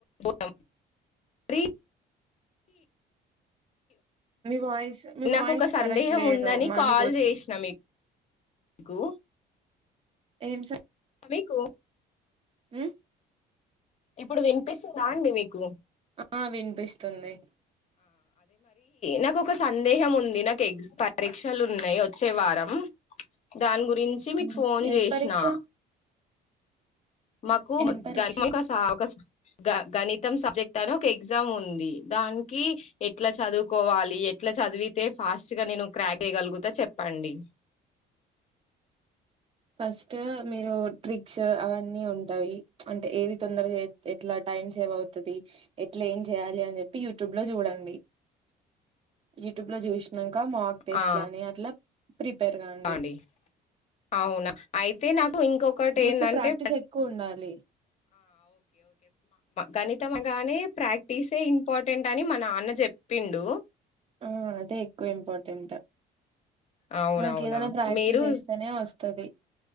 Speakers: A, on the left (about 40°); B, on the right (about 35°).
A: మీరు <unintelligible> రీ
B: మీ వాయిస్ మీ
A: నాకొక
B: వాయిస్
A: సందేహం
B: కరెక్ట్ లేదు
A: ఉందని
B: మళ్ళీ
A: కాల్
B: పోతుంది
A: చేసిన మీకు గూ
B: ఏం సా
A: మీకు
B: మ్మ్
A: ఇప్పుడు వినిపిస్తుందా అండి మీకు
B: ఆ వినిపిస్తుంది
A: నాకు ఒక సందేహం ఉంది నాకు ఎగ్జ్ పరీక్షలు ఉన్నాయి వచ్చే వారం దాని గురించి మీకు
B: ఉమ్
A: ఫోన్
B: ఏం
A: చేసినా
B: పరీక్ష
A: మాకు ఒక
B: ఏం పరీక్ష
A: గ <unintelligible> గణిత సబ్జెక్ట్ అని ఒక ఎగ్జామ్ ఉంది దానికి ఎట్లా చదువుకోవాలి ఎట్లా చదివి అయితే ఫాస్ట్ గా నేను క్రాక్ చేయగలుగుత చెప్పండి
B: ఫస్ట్ మీరు ట్రిక్స్ అవన్నీ ఉంటాయి అంటే ఏది తొందర ఎట్ల టైం సేవ్ అవుతుంది ఎట్లా ఏం చేయాలి అని చెప్పి యూట్యూబ్ లో చూడండి
A: అ
B: యట్యూబ్ లో జూసిన <unintelligible> మాక్ టేస్ట్
A: ఆ
B: ని అట్లా ప్రిపేర్ కాండి
A: అండి అవునా అయితే నాకు ఇంకొకటి
B: మీకు
A: ఏంటంటే
B: ప్రాక్టీస్ ఎక్కువ ఉండాలి
A: గణితం <unintelligible> ప్రాక్టీసే ఇంపార్టెంట్ అని మ నాన్న చెప్పిండు
B: ఆ అదే ఎక్కువ ఇంపార్టెంట్
A: అవునవునా!
B: మనకి ఏదన ప్రాక్టీస్
A: మీరు
B: చేస్తేనే వస్తది